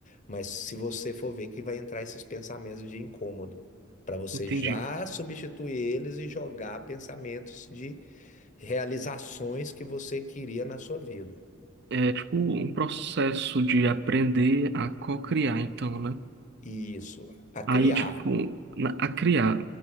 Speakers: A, on the left; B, on the right.
A: mas se você for ver que vai entrar esses pensamentos de incômodo, para você
B: Entendi.
A: já substituir eles e jogar pensamentos de realizações que você queria na sua vida.
B: É tipo um processo de aprender a co-criar, então, né?
A: Isso, a criar.
B: Aí, tipo, na- a criar,